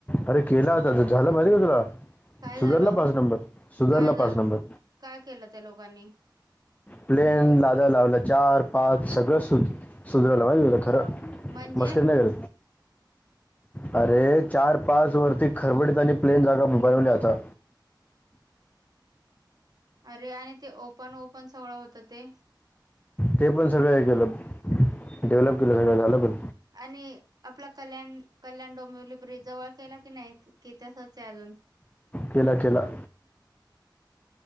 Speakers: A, on the left (about 20°); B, on the right (about 55°).
A: अरे केला होता झालं माहिते का तुला...
B: काय
A: सुधरला
B: झालं
A: पाच नंबर सुधरला
B: काय झालं
A: पाच नंबर...
B: काय केलं त्या लोकांनी
A: प्लेन लाल्या लावलं चार पाच सगळं सु सुधरला माहिते तुंला खरं
B: म्हणजे
A: मस्करनगर..
B: <unintelligible>
A: अरे चार पाच वरती खरबडीत आणि प्लेन जागा बनवल्या आता..
B: अरे आणि ते ओपन ओपन सगळं होत ते..
A: ते पण सगळं हे केलं डेव्हलप केलं सगळं झालं पण..
B: आणि आपला कल्याण कल्याण डोंबिवली ब्रिज जवळ केल की नाही कि तसच आहे अजून ह..
A: केला केला.